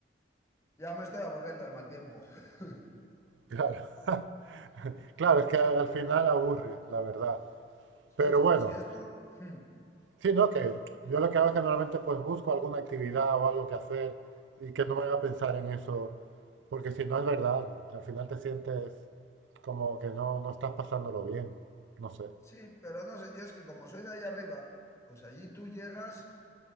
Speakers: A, on the left; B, on the right.
A: ya me estoy aburriendo del mal tiempo. <laughs>
B: claro. <laughs> Claro, es que al final aburre, la verdad.
A: Sí,
B: Pero
A: sí,
B: bueno,
A: sí, esto... hmm,
B: Sí, no, que yo lo que hago es que normalmente pues busco alguna actividad o algo que hacer y que no me haga pensar en eso, porque si no es verdad, al final te sientes como que no, no estás pasándolo bien, no sé,
A: Sí, pero no sé, yo es que como soy de allá arriba, pues allí tú llegas